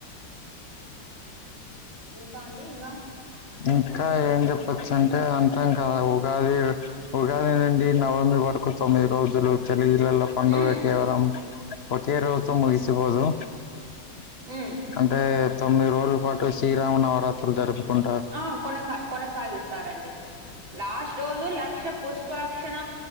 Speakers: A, on the right; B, on the left.
A: ఇంకా అండి ఇంగా
B: ఇంకా ఏం చెప్పచ్చ అంటే అంటం కదా ఉగాది ఉగాదేనండి నవమి వరకు తొమ్మిది రోజులు తెలి ఇలలో పండుగ
A: హ్మ్.
B: కేవరం ఒకే రోజ్తో ముగిసిబోదు
A: హ్మ్. హ్మ్.
B: అంటే తొమ్మిది రోజుల పాటు శ్రీరామ నవరాత్రులు జరుపుకుం
A: ఆ కొనసా కొనసాగిస్తారండి. లాస్ట్ రోజు లక్ష పుష్పాక్షణ